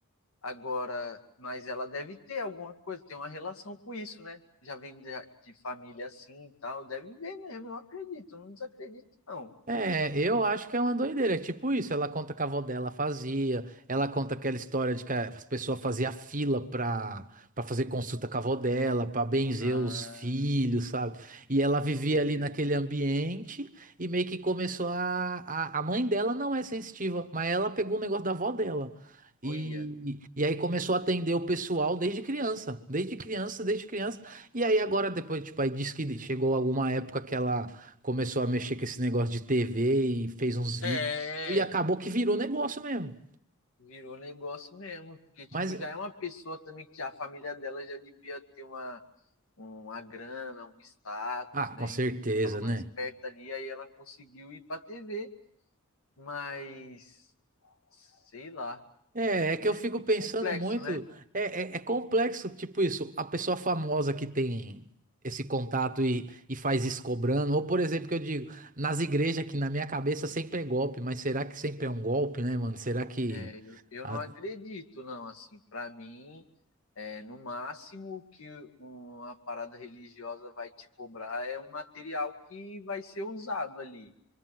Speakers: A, on the left; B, on the right.
A: Agora, mas ela deve ter alguma coisa, tem uma relação com isso, né? Já vem de, de família assim e tal, deve ver mesmo, eu acredito, não desacredito não.
B: É, eu acho que é uma doideira. É tipo isso, ela conta que a avó dela fazia, ela conta aquela história de que as pessoas faziam fila pra, pra fazer consulta com a avó dela, pra benzer
A: Ah,
B: os filhos, sabe? E ela vivia
A: entendeu?
B: ali naquele ambiente e meio que começou a... A, a mãe dela não é sensitiva, mas ela pegou o negócio da avó dela. E,
A: Olha.
B: e aí começou a atender o pessoal desde criança, desde criança, desde criança. E aí agora depois, tipo, aí diz que chegou alguma época que ela começou a mexer com esse negócio de TV e fez uns vídeos.
A: É.
B: E acabou que virou negócio mesmo.
A: Virou negócio mesmo, porque tipo,
B: Mas,
A: já é uma pessoa também que já, a família dela já devia ter uma, uma grana, um status,
B: ah,
A: né?
B: com certeza,
A: Então já estava mais
B: né?
A: perto ali, aí ela conseguiu ir para TV, mas sei lá,
B: É, é que
A: é
B: eu fico pensando
A: complexo,
B: muito.
A: né?
B: É, é, é complexo, tipo isso. A pessoa famosa que tem esse contato e, e faz isso cobrando. Ou, por exemplo, que eu digo, nas igrejas que na minha cabeça sempre é golpe, mas será que sempre é um golpe, né, mano? Será que.
A: É, eu, eu
B: a-
A: não acredito, não, assim, para mim, é, no máximo que uma parada religiosa vai te cobrar é um material que vai ser usado ali.